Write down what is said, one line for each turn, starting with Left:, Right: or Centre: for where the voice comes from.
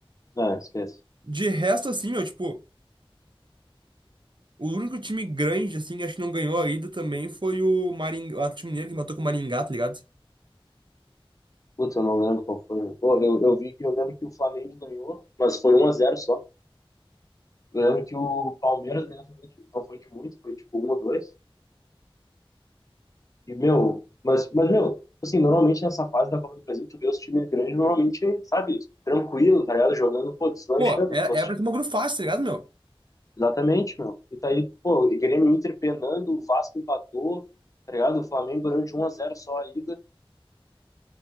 Left: Ah, esquece.
Right: De resto, assim, meu, tipo, o único time grande, assim, acho que não ganhou ainda também foi o Maringá, o Atlético Mineiro que matou com o Maringá, tá ligado?
Left: Putz, eu não lembro qual foi, meu. Pô, eu, eu vi que, eu lembro que o Flamengo ganhou, mas foi um a zero só. Eu lembro que o Palmeiras ganhou também, tipo, não foi de muito, foi tipo um ou dois E, meu, mas, mas, meu, assim, normalmente nessa fase da Copa do Brasil, tu vê os times grandes, normalmente, sabe, tranquilo, tá ligado? Jogando, pô, deslanchando.
Right: Pô, era,
Left: dos outros.
Right: era pra ser uma grupo fácil, tá ligado, meu?
Left: Exatamente, meu. E tá aí, pô, e Grêmio e Inter penando, o Vasco empatou, tá ligado? O Flamengo ganhou de 1 a 0 só a ida.